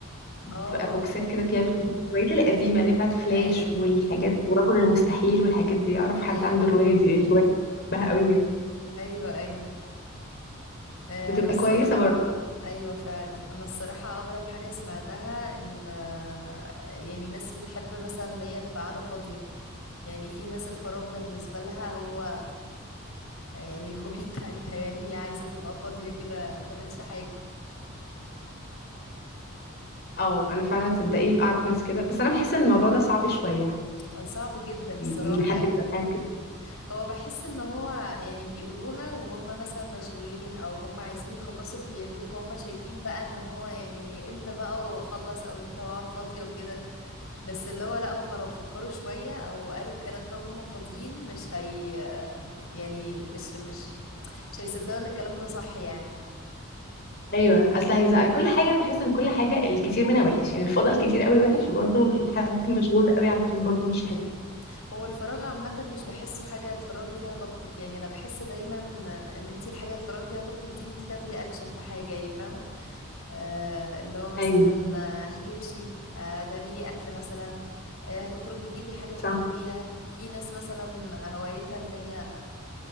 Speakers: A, on the left (about 45°); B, on the left (about 80°).
A: بتبقى
B: اه
A: بوكسات كده فيها الكتب الروايات القديمه اللي هي بتاعت فلاش
B: ايوه
A: والحاجات ورجل المستحيل والحاجات دي اعرف حد
B: ايوه
A: عنده الروايه دي الهوايه بحبها قوي جدا
B: ايوه ايوه آه،
A: بتبقى
B: انا الصراحة
A: كويسه برضه
B: ايوه فعلا انا الصراحة اغرب حاجة سمعتها ان آه، يعني ناس بتحب مثلا ان هي تبقى قاعدة فاضية يعني في ناس الفراغ بالنسبة لها هو يعني الهوبي <laughs> بتاعتها يعني هي عايزة تبقى فاضية كده ما تعملش حاجة
A: اه انا فعلا صدقيه اعرف ناس كده بس انا بحس ان الموضوع ده صعب شويه
B: آه، صعب جدا
A: م-
B: الصراحة
A: ان حد
B: يعني
A: يبقى كده
B: هو بحس ان هو يعني بيقولوها وهم مثلا مشغولين او هم عايزين يخلصوا اللي بيعملوه فهم شايفين بقى ان هو يعني امتى بقى واخلص او امتى واقعد فاضية وكده بس اللي هو لا هم لو فكروا شوية او قالوا الكلام ده وهم فاضيين مش هي يعني مش مش مش هيصدقوا ان الكلام ده صح يعني
A: ايوه اصل هيزق كل حاجه انا بحس ان كل حاجه الكتير منها وحش يعني الفضل كتير قوي
B: ايوه
A: وحش وبرضه الحد مشغول قوي على طول برضه مش حلو
B: ايوه هو الفراغ عامة مش بحسه حاجة تفرغي فيها طاقتك يعني انا بحس دايما ان انتي الحاجة تفرغي فيها طاقتك دي ان انتي تاخدي اكشن في حاجة يعني فاهمة آه، اللي هو مثلا
A: ايوه
B: آه، هتمشي آه، هتعملي أكل مثلا آه، هتخرجي تجيبي حاجة بتحبيها
A: صح
B: في ناس مثلا هوايتها ان هي